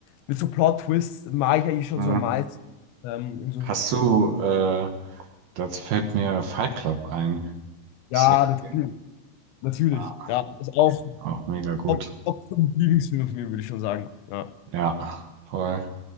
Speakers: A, on the left (about 85°); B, on the right (about 65°).
A: mit so Plot-Twists mag ich eigentlich schon
B: Mhm.
A: so am meisten. Ähm, und so,
B: Hast
A: so,
B: du, äh, das fällt mir Fight Club ein.
A: ja,
B: Hast du den gesehen?
A: natürlich, natürlich.
B: Ja,
A: Ja, ist auch
B: auch mega gut.
A: Top, Top 5 Lieblingsfilme von mir, würde ich schon sagen. Ja.
B: Ja, voll.